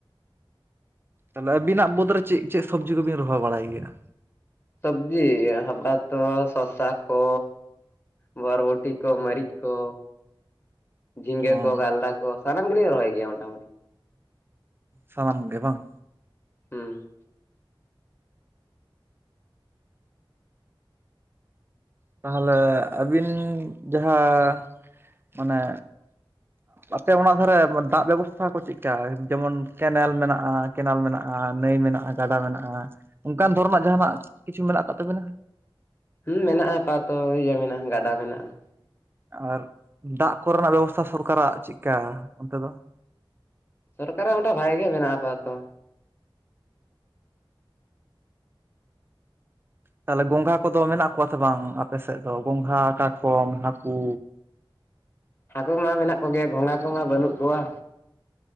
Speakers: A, on the right; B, on the left.
A: ᱛᱟᱦᱞᱮ ᱟᱵᱤᱱᱟᱜ ᱵᱟᱹᱫᱽ ᱨᱮ ᱪᱮᱫ ᱪᱮᱫ ᱥᱚᱵᱡᱤ ᱠᱚᱵᱤᱱ ᱨᱚᱦᱚᱭ ᱵᱟᱲᱟᱭ ᱜᱮᱭᱟ?
B: ᱥᱚᱵᱽᱡᱤ ᱦᱟᱵᱟ ᱛᱚ ᱥᱚᱥᱟ ᱠᱚ, ᱵᱚᱨᱵᱚᱴᱤ ᱠᱚ ᱢᱟᱹᱨᱤᱪ ᱠᱚ, ᱡᱷᱤᱸᱜᱟᱹ
A: ᱚ
B: ᱠᱚ ᱠᱟᱨᱞᱟ ᱠᱚ ᱥᱟᱱᱟᱢ ᱜᱮᱞᱤᱧ ᱨᱚᱦᱚᱭ ᱜᱮᱭᱟ ᱢᱚᱴᱟ ᱢᱩᱴᱤ᱾
A: ᱥᱟᱱᱟᱢ ᱜᱮ ᱵᱟᱝ,
B: ᱦᱩᱸ
A: ᱛᱟᱦᱚᱞᱮ ᱟᱹᱵᱤᱱ ᱡᱟᱦᱟᱸ ᱢᱟᱱᱮ᱾ ᱟᱯᱮ ᱚᱱᱟ ᱫᱷᱟᱨᱮ ᱫᱟᱜ ᱵᱮᱵᱚᱥᱛᱷᱟ ᱠᱚ ᱪᱮᱫᱞᱮᱠᱟ ᱡᱮᱢᱚᱱ ᱠᱮᱱᱮᱞ ᱢᱮᱱᱟᱜᱼᱟ᱾ ᱠᱮᱱᱮᱞ ᱢᱮᱱᱟᱜᱼᱟ ᱱᱟᱹᱭ ᱢᱮᱱᱟᱜᱼᱟ ᱜᱟᱰᱟ ᱢᱮᱱᱟᱜᱼᱟ ᱚᱱᱠᱟᱱ ᱫᱷᱚᱨᱚᱱᱟᱜ ᱡᱟᱦᱱᱟᱜ ᱠᱤᱪᱷᱩ ᱢᱮᱱᱟᱜ ᱟᱠᱟᱫ ᱛᱟᱵᱮᱱᱟ᱾
B: ᱦᱮᱸ ᱢᱮᱱᱟᱜᱼᱟ ᱯᱟᱛᱚ ᱤᱭᱟᱹ ᱢᱮᱱᱟᱜᱼᱟ ᱜᱟᱰᱟ ᱢᱮᱱᱟᱜᱼᱟ᱾
A: ᱟᱨ ᱫᱟᱜ ᱠᱚᱨᱮᱱᱟᱜ ᱵᱮᱵᱚᱥᱛᱷᱟ ᱥᱚᱨᱠᱟᱨᱟᱜ ᱪᱮᱫᱠᱟ ᱚᱱᱛᱮ ᱫᱚ?
B: ᱥᱚᱨᱠᱟᱨᱟᱜ ᱚᱸᱰᱮ ᱵᱷᱟᱜᱤ ᱜᱮ ᱢᱮᱱᱟᱜ ᱟᱯᱟ ᱛᱚᱛᱚ᱾
A: ᱛᱟᱦᱚᱞᱮ ᱜᱚᱜᱷᱟ ᱠᱚᱫᱚ ᱢᱮᱱᱟᱜ ᱠᱚᱣᱟ ᱥᱮ ᱵᱟᱝ ᱟᱯᱮᱥᱮᱫ ᱫᱚ ᱜᱚᱝᱜᱷᱟ ᱠᱟᱴᱠᱚᱢ ᱦᱟᱹᱠᱩ,
B: ᱦᱟᱹᱠᱩ ᱢᱟ ᱢᱮᱱᱟᱜ ᱠᱚᱜᱮᱭᱟ ᱜᱚᱸᱜᱷᱟ ᱠᱚᱢᱟ ᱵᱟᱹᱱᱩᱜ ᱠᱚᱣᱟ᱾